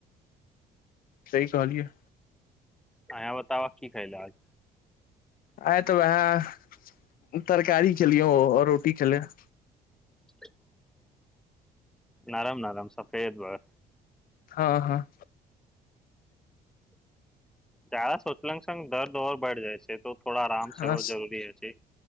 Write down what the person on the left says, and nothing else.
सही कहलिय
आय तऽ उहए तरकारी खेलियौ लियौ रोटी खैलियौ
हँ हँ
हँ